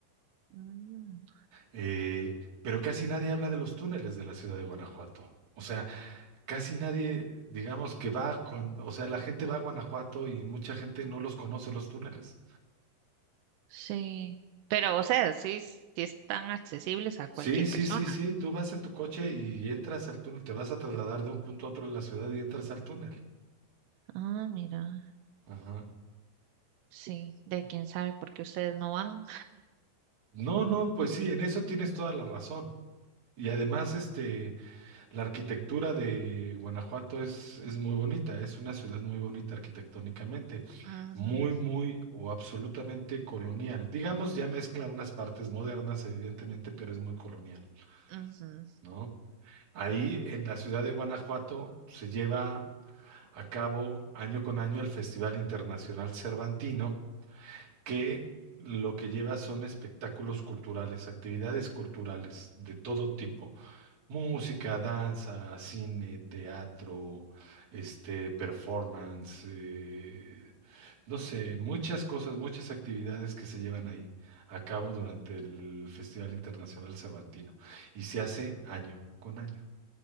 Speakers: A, on the right; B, on the right.
A: Mm,
B: Eh, pero casi nadie habla de los túneles de la ciudad de Guanajuato. O sea, casi nadie, digamos que va, con- o sea, la gente va a Guanajuato y mucha gente no los conoce los túneles.
A: sí. Pero, o sea, sí, s- sí están accesibles a cualquier
B: Sí, sí,
A: persona.
B: sí, sí, tú vas en tu coche y entras al túnel, te vas a trasladar de un punto a otro de la ciudad y entras al túnel.
A: Ah, mira.
B: Ajá.
A: Sí, de quién sabe por qué ustedes no van.
B: No, no, pues sí, en eso tienes toda la razón. Y además, este, La arquitectura de Guanajuato es, es muy bonita, es una ciudad muy bonita arquitectónicamente,
A: Ujú,
B: muy, muy o absolutamente colonial. Digamos, ya mezcla unas partes modernas, evidentemente, pero es muy colonial,
A: ujú,
B: ¿no? Ahí en la ciudad de Guanajuato se lleva a cabo año con año el Festival Internacional Cervantino, que lo que lleva son espectáculos culturales, actividades culturales de todo tipo. Música, danza, cine, teatro, este, performance, eh, no sé, muchas cosas, muchas actividades que se llevan ahí a cabo durante el Festival Internacional Cervantino y se hace año con año.